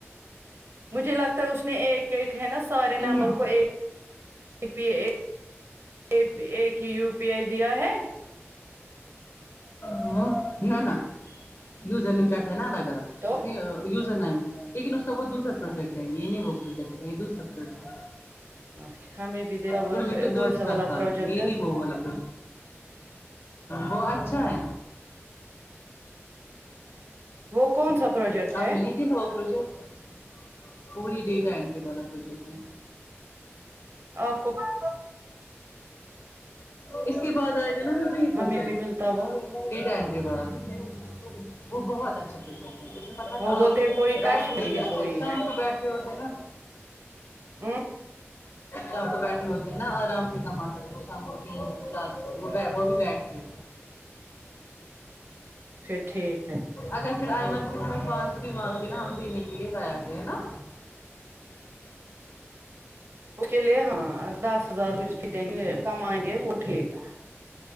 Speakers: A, on the right; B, on the left.
A: مجھے لگتا ہے اس نے ایک ایک ہے نا سارے
B: ہاں
A: نمبر کو ایک پہ اے اے پی ایک ہی یو پی آئی دیا ہے
B: ہوں نہ نہ یزر نیم کٹ ہے نا الگ الگ
A: تو
B: اس یزر نیم لیکن اس کا وہ دوسرا پروجیکٹ ہے یہ نہیں وہ پروجیکٹ ہے یہ دوسرا پروجیکٹ ہے
A: اچھا ہمیں بھی دیتا وہ
B: پروجیکٹ یہ دوسرا
A: ویسا والا
B: تھا
A: پروجیکٹ
B: یہ
A: ہے
B: نہیں وہ والا وہ اچھا ہے
A: وہ کون سا پروجیکٹ ہے
B: آپ نے نہیں دی تھا وہ پروجیکٹ وہی ڈیٹا انٹری والا پروجیکٹ ہے
A: آپ کو معل
B: اس کے بعد آئے گا نا وہی پروجیکٹ
A: ہمیں بھی ملتا ہوا
B: ڈیٹا اینٹری کرو وہ بہت اچھ اچھا اسے پتہ ہے
A: وہ بولتے
B: آپ
A: ہیں کوئی
B: بیٹھ
A: کشمیری
B: کے بھی اچھا
A: کوئی
B: شام کو بیٹھ کے ہوتے نا
A: امم
B: شام کو بیٹھے ہوتے ہیں نا آرام سے مطلب کی شام کو تین سو چار سو وہ وے بھو بھی بیٹھ کے
A: پھر ٹھیک ہے
B: اگر پھر آئمن پھر ہمیں فاسٹ بھی مانگتے نا ہم دینے کے لیے آتے ہیں نا
A: اس کے لیے ہاں دس ہزار کمائیں گے وہ بھی ٹھیک ہے